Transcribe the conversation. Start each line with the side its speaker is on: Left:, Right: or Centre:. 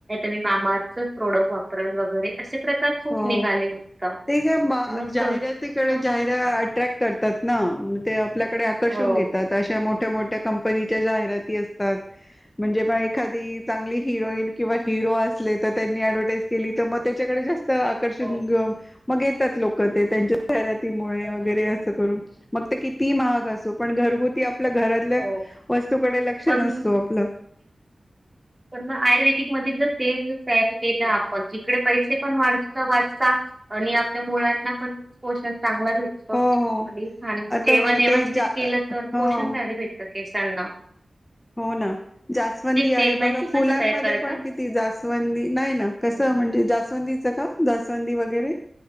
Right: मी माम प्रोडक्ट वापरल वगैरे असे प्रकार खूप
Left: हो
Right: निघाले आता
Left: ते का
Right: मग
Left: जाहिरातीकडे
Right: अ,
Left: जाहिर अट्रॅक् करतात ना ते आपल्याकडे
Right: हो
Left: आकर्षून
Right: हो
Left: घेतात अशा मोठ्या मोठ्या-मोठ्या कंपनी च्या जाहिराती असतात म्हणजे बघा एखादा त म्हणजे एखादी हिरोईन किंवा हिरो असली तर त्यांनी ऍडव्हटाईज केली तर मग त्याच्याकडे जास्त आकर्षणे
Right: हो
Left: मग येतात लोक ते त्यांच्या जाहिरातीमुळे
Right: हो
Left: वगैरे असं करून मग की ती महाग असू पण घरगुती आपल्या घरातल्या
Right: हो.
Left: वस्तूकडे लक्ष
Right: पण
Left: नसतो आपलं
Right: पण आयुर्वेदिक मध्ये जर तेल सेल केलं आपण जिकडे पैसे पण वाढ वाचता आणि आपल्या मुळांना पण पोषण चांगला भेटतो
Left: हो हो
Right: आणि खान
Left: आता
Right: जेवण व्यवस्थित
Left: ते जा
Right: केलं तर पोषण
Left: हो
Right: भर भेटतात. कि सांना,
Left: हो ना जास्वंदी
Right: तेल
Left: आहे
Right: माहिती
Left: बघा फुलांमध्ये
Right: कसं तयार करतात?
Left: पण किती जास्वंदी नाही ना कसं
Right: हो
Left: म्हणजे जास्वंदीचं का जास्वंदी वगैर वगैरे